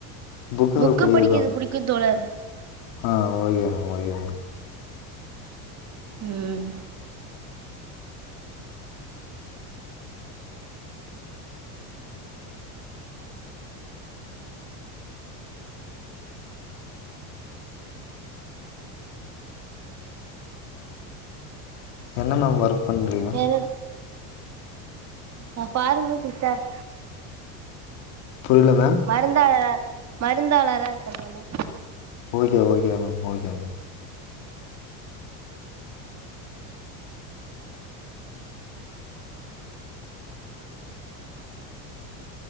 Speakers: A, on the left; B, on the right.
A: புக்குங்க
B: புக்கு
A: படிக்கிறதா
B: படிக்கர்து
A: மேம்.
B: புடிக்கும் தோழர்
A: ஆ ஓக்கே மேம் ஓக்கே மேம்
B: ம்
A: என்ன மேம் ஒர்க் பண்றிங்க
B: வேற நா பார்மா சிஸ்டர்
A: புரில மேம்
B: மருந்தாள மருந்தாளராருக்கே தோழர்
A: ஓக்கே ஓக்கே மேம் ஓக்கே ம்